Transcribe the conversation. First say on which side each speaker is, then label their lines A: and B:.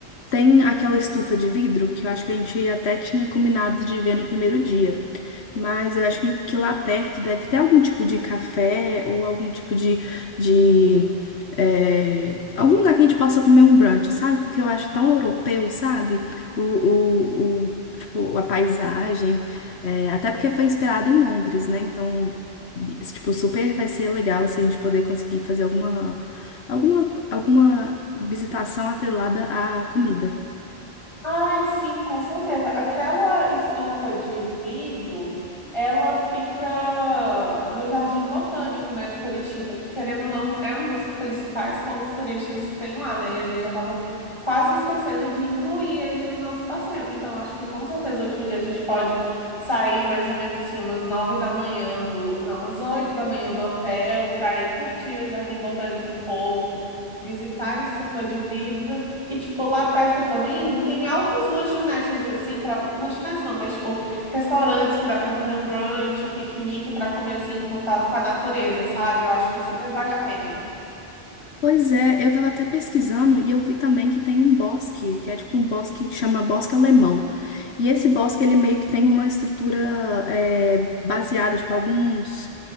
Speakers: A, on the left; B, on the left.
A: tem aquela estufa de vidro que eu acho que a gente até tinha combinado de ver no primeiro dia. Mas eu acho que, que lá perto deve ter algum tipo de café ou algum tipo de, de é, algum lugar que a gente possa comer um brunch, sabe? Porque eu acho tão europeu, sabe? O, o, o- tipo, a paisagem, é, até porque foi inspirado em Londres, né? Então, tipo, super vai ser legal se a gente poder conseguir fazer alguma, alguma, alguma visitação atrelada à comida.
B: Ai, sim, com certeza. Aquela estufa de vidro, ela fica no Jardim Botânico, né, de Curitiba, que querendo ou não, é um dos principais pontos turísticos que tem lá, né? E a gente já estava quase esquecendo de incluir ele no nosso passeio. Então, acho que com certeza o último dia a gente pode sair mais ou menos assim, umas nove da manhã do, não, umas oito da manhã do hotel, para ir curtir o Jardim Botânico um pouco, visitar a estufa de vidro. E, tipo, lá perto também tem altos lanchonetes, assim, para Lanchonetes não, mas, tipo, restaurantes que dá para fazer um brunch, um piquenique para comer, assim, em contato com a natureza, sabe? Eu acho que super vale a pena.
A: Pois é, eu tava até pesquisando e eu vi também que tem um bosque, que é tipo um bosque que chama bosque alemão. E esse bosque, ele meio que tem uma estrutura é, baseada, tipo, alguns